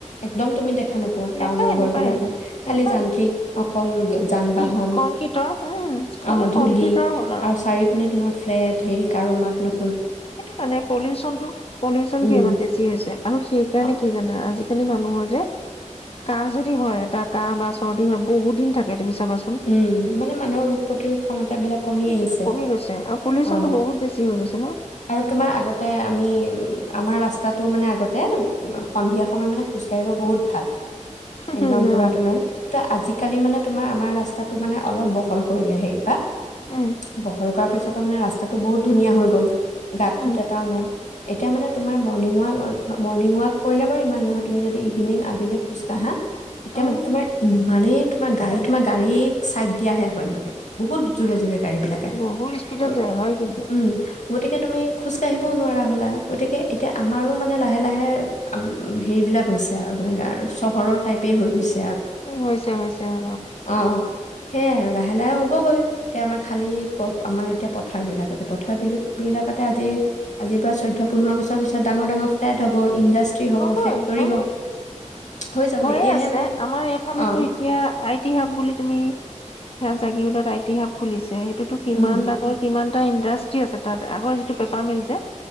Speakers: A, on the left; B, on the left.
A: একদম তুমি দেখা দে নোপোৱা
B: নেপায়
A: টাউনৰ ঘৰ
B: নেপায়
A: বিলাকত
B: নেপায়
A: খালি যান্ত্ৰিক অকল যান
B: কি
A: বাহন
B: কংক্ৰিটৰ উম, খালি
A: অ ধূলি
B: কংক্ৰিটৰ হ'ল
A: আৰু চাৰি পিনে তোমাৰ ফ্লেট হেৰি কাৰো মাত ন
B: সেইটো কাৰণে পলিউচনটো পলিচ
A: উম
B: ইমান বেছি হৈছে আৰু সেইকাৰণে
A: অঁ
B: কি জানা আজিকালি মানুহৰ যে কাহ যদি হয় এটা কাহ বা চৰ্দি হয় বহুত দিন থাকে তুমি চাবাচোন
A: উম মানে মানুহৰ ৰোগ প্ৰতিৰোধ ক্ষমত তাক কমি
B: সেইটো
A: আহিছে
B: কমি গৈছে আৰু পলিউচনটো
A: অ
B: বহুত বেছি হৈ গৈছে ন
A: আৰু তোমাৰ আগতে আমি উম আমাৰ ৰাস্তাটো মানে আগতে সন্ধিয়া সময়ত মানে খোজকাঢ়িব বহুত ভাল
B: অ',
A: একদম পুৰা তোমাৰ কিন্তু আজিকালি মানে তোমাৰ আমাৰ ৰাস্তাটো মানে অলপ বহল কৰিলে হেৰি পাত
B: উম,
A: বহলকা পছ ত মানে ৰাস্তাটো বহুত ধুনীয়া হৈ গ'ল গাঁত
B: উম,
A: গোত এটাও নাই এতিয়া মানে তোমাৰ মৰ্ণিং ৱাক মৰ্ণিং ৱাক কৰিলে বাৰু ইমান নহয় তুমি যদি ইভিনিং আবিলে খোজ কঢ়া তেতিয়া
B: উম,
A: মানে তোমাৰ ই মানে তোমাৰ গায়ক তোমাৰ গাড়ী চাইদ দিয়াহে হয় মানে বহুত জোৰে জোৰে গাড়ীবিলাক আহে
B: বহুত স্পীডত
A: গ-
B: যায় হয় কিন্তু
A: উম গতিকে তুমি খোজকাাঢ়িবও নোৱাৰা হলা গতিকে এতিয়া আমাৰো মানে লাহে লাহে হেৰিবিলাক হৈছে আৰু মানে গ চহৰৰ টাইপেই হৈ গৈছে
B: হৈছে হৈছে অ
A: অ অ সেয়াই আৰু লাহে লাহে হ'বগৈ এতিয়া আমাৰ খালী প আমাৰ এতিয়া পথাৰবিলাকতে পথাৰবিলাকতে আজি আজিৰ পৰা চৈধ্য পোন্ধৰ বছৰ পিছত ডাঙৰ ডাঙৰ ফ্লেট হ'ব ইণ্ডাষ্ট্ৰি হ'ব
B: হ'বই
A: ফেক্টৰী
B: হ'ব
A: হৈ যাব
B: হৈয়ে
A: এতিয়াহে
B: আছে
A: নাই
B: আমাৰ এইফালেতো
A: অ
B: এতিয়া তিহাব বুলি তুমি সেয়া জাগিৰোডত ইতিহাব খুলিছে তোতো কিমান
A: উম
B: ডাঙৰ কিমান এটা ইণ্ডাষ্ট্ৰি আছে তাত আগৰ যিটো পেপাৰ মিল যে।